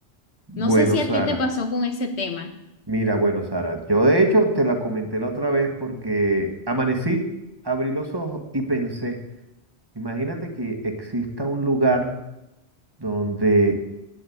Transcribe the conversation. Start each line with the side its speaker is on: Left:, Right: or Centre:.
Right: bueno,
Left: No sé si a
Right: Sara.
Left: ti te pasó con ese tema.
Right: Mira, bueno, Sara. Yo de hecho te la comenté la otra vez porque amanecí, abrí los ojos y pensé, imagínate que exista un lugar donde